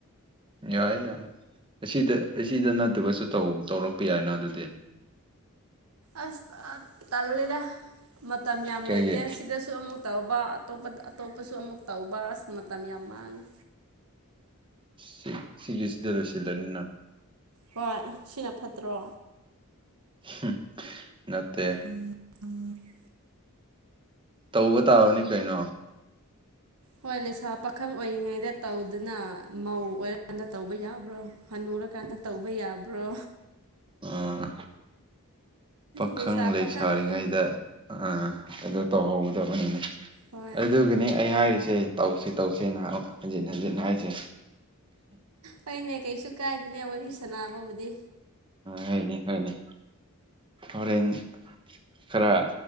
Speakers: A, on the right; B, on the right.
A: ꯌꯥꯏ ꯌꯥꯏ ꯑꯁꯤꯗ ꯑꯁꯤꯗ ꯅꯠꯇꯕꯁꯨ ꯇꯧ ꯇꯧꯔꯛꯄ ꯌꯥꯏꯅ ꯑꯗꯨꯗꯤ
B: ꯑꯁ ꯑꯥ ꯇꯜꯂꯦꯗ ꯃꯇꯝ ꯌꯥꯝ
A: ꯀꯩꯒꯤ
B: ꯂꯩꯇꯦ ꯁꯤꯗꯁꯨ ꯑꯃꯨꯛ ꯇꯧꯕ ꯑꯇꯣꯞꯄꯗ ꯑꯇꯣꯞꯄꯁꯨ ꯑꯃꯨꯛ ꯇꯧꯕ ꯑ ꯃꯇꯝ ꯌꯥꯝ ꯃꯥꯡꯉꯦ
A: ꯁꯤ ꯁꯤꯒꯤꯁꯤꯗ ꯂꯣꯏꯁꯤꯟꯂꯅꯤꯅ
B: ꯍꯣꯏ ꯁꯤꯅ ꯐꯠꯇ꯭ꯔꯣ
A: ꯍꯝ ꯅꯠꯇꯦ
B: <unintelligible>
A: ꯇꯧꯕ ꯇꯥꯕꯅꯤ ꯀꯩꯅꯣ
B: ꯍꯣꯏ ꯂꯩꯁꯥ ꯄꯥꯈꯪ ꯑꯣꯏꯔꯤꯉꯩꯗ ꯇꯧꯗꯅ ꯃꯧ ꯑꯣꯏꯔꯀꯥꯟꯗ ꯇꯧꯕ ꯌꯥꯕ꯭ꯔꯣ ꯍꯅꯨꯔꯀꯥꯟꯗ ꯇꯧꯕ ꯌꯥꯕ꯭ꯔꯣ
A: ꯑꯥ ꯄꯥꯈꯪ
B: ꯂꯩꯁꯥ
A: ꯂꯩꯁꯔꯤꯉꯩꯗ
B: ꯄꯥꯈꯪ
A: ꯑꯥ ꯑꯗ ꯇꯧꯍꯧꯒꯗꯕꯅꯤꯅꯦ
B: ꯍꯣꯏ
A: ꯑꯗꯨꯒꯤꯅꯦ ꯑꯩ ꯍꯥꯏꯔꯤꯁꯦ ꯇꯧꯁꯤ ꯇꯧꯁꯦꯅ ꯍꯟꯖꯤꯟ ꯍꯟꯖꯤꯟ ꯍꯥꯏꯔꯤꯁꯦ
B: ꯐꯩꯅꯦ ꯀꯩꯁꯨ ꯀꯥꯏꯗꯦꯅꯦ ꯋꯥꯔꯤ ꯁꯅꯕꯕꯨꯗꯤ
A: ꯍꯥꯏꯅꯤ ꯍꯥꯏꯅꯦ ꯍꯣꯔꯦꯟ ꯈꯔ